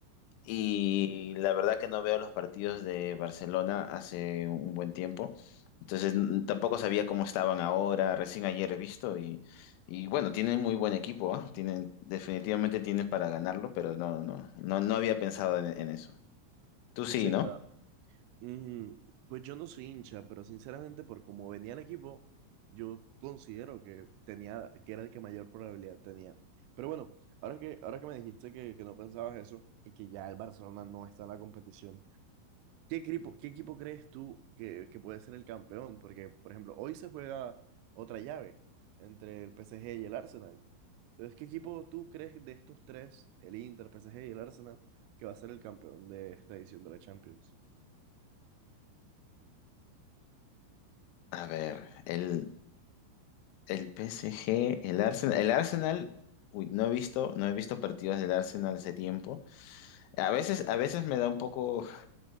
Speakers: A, on the left; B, on the right.
A: y la verdad que no veo los partidos de Barcelona hace un buen tiempo. Entonces n- tampoco sabía cómo estaban ahora, recién ayer he visto y, y bueno, tienen muy buen equipo, ¿ah? Tienen, definitivamente tienen para ganarlo, pero no, no, no, no había pensado en, en eso. Tú sí,
B: sí
A: ¿no?
B: claro. Mm, pues yo no soy hincha, pero sinceramente por cómo venía el equipo, yo considero que tenía, que era el que mayor probabilidad tenía. Pero bueno, ahora que, ahora que me dijiste que, que no pensabas eso y que ya el Barcelona no está en la competición, ¿qué equipo, qué equipo crees tú que, que puede ser el campeón? Porque, por ejemplo, hoy se juega otra llave entre el PSG y el Arsenal. Entonces, ¿qué equipo tú crees de estos tres, el Inter, PSG y el Arsenal, que va a ser el campeón de esta edición de la Champions?
A: A ver, el, el PSG, el Arsenal, el Arsenal, uy, no he visto, no he visto partidos del Arsenal hace tiempo. A veces, a veces me da un poco